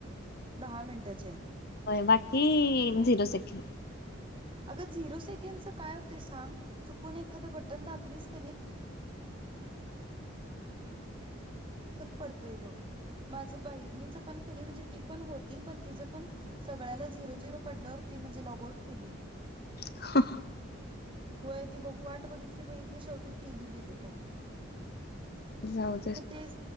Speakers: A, on the right; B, on the left.
A: दहा मिनटाचे
B: बाकी झिरो सेकंड
A: अग झीरो सेकंड च काय होत सांग चुकून एखाद बटन दा क पडते बग माझ बहिणीच पण म्हणजे ती पण होती पण ति पण सगळ्याला झीरो झिरो पडल्याल ती म्हणजे लॉगआउट केली ती
B: ह
A: होय ती बघून वाट बघितली बघितली शेवटी केली डिलीट अ
B: जाऊ दे
A: मग ते